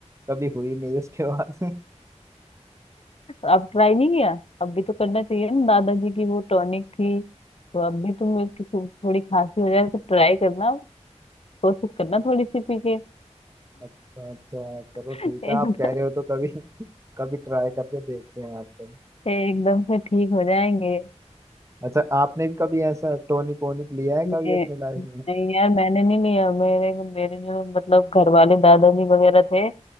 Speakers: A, on the right; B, on the left.
A: कभी हुई नहीं उसके बाद <laughs>
B: अब ट्राई नहीं किया अब भी तो करना चाहिए ना दादाजी की वो टॉनिक थी तो अब भी तुम्हें किसी थोड़ी खांसी हो जाए तो ट्राई करना कोशिश करना थोड़ी सी पी के
A: अच्छा अच्छा चलो
B: <laughs>
A: ठीक
B: एकदम
A: है आप कह रहे हो तो कभी कभी ट्राई करके देखते हैं आपको
B: एकदम से ठीक हो जाएंगे
A: अच्छा आपने भी कभी ऐसा टोनिक वोनिक लिया है
B: मैं
A: कभी अपने लाइफ में
B: नहीं यार मैंने नहीं लिया मेरे मेरे जो मतलब घर वाले दादाजी वगैरह थे